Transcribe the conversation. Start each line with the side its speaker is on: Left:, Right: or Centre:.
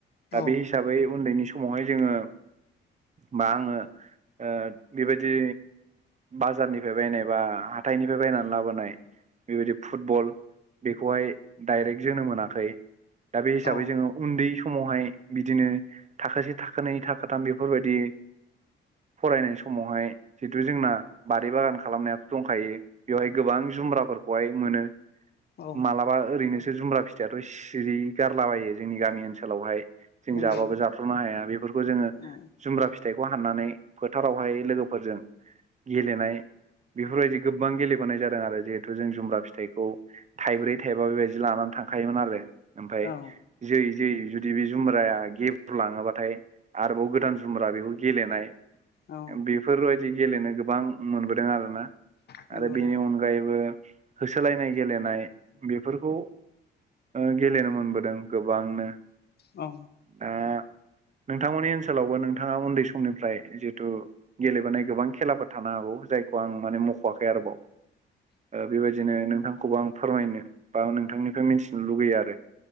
Left: औ
Right: दा बे हिसाबै उन्दैनि समावहाय जोङो बा आङो ओ बेबायदि बाजारनि फ्राय बायनाय बा हाथाइनिफ्राय बायनानै लाबोनाय बेबायदि फुटबल बेखौहाय डाइरेक्ट जोनो मोनाखै दा बे हिसाबै
Left: औ
Right: जोङो उन्दै समावहाय बिदिनो थाखोसे थाखोनै थाखोथाम बेफोरबायदि फरायनाय समावहाय जिहेतु जोंना बारि बागान खालामनायाथ दंखायो बेवहाय गोबां जुमब्राफोरखौहाय मोनो
Left: औ
Right: मालाबा ओरैनोसो जुमब्रा फिथाइाथ सिरि गारलाबायो जोंनि गामि ओनसोलावहाय जों
Left: नंगौ
Right: जाबाबो जाथ्र नो हाया बेफोरखौ जोङो
Left: औ
Right: जुमब्रा फिथाइखौ हाननानै फोथारावहाय लोगोफोरजों गेलेनाय बेफोरबायदि गोबां गेलेबोनाय जादों आरो जिहेथु जों जुमला फिथाइखौ थाइब्रै थाइबा बेबायदि लानानै थांखायोमोन आरो ओमफ्राय
Left: औ
Right: जोयै जोयै जुदि बे जुमब्राया गेब्रुलाङोबाथाय आरोबाव गोदान जुमब्रा बेखौ गेलेनाय
Left: औ नंगौ औ
Right: बेफोरबायदि गेलेनो गोबां मोनबोदों आरोना
Left: नंगौ
Right: आरो बेनि अन गायैबो होसोलायनाय गेलेनाय बेफोरखौ ओ गेलेनो मोनबोदों गोबांनो
Left: औ
Right: दा नोंथांमोननि ओनसोलावबो नोंथाङा उन्दै समनिफ्राय जितु गेलेबोनाय गोबां खेलाफोर थानो हागौ जाय खौ आं माने मखवाखै आरोबाव बेबायदिनो नोंथांखौबो आं फोरमायनो बा नोंथांनिफ्राय मिथिनो लुगैयो आरो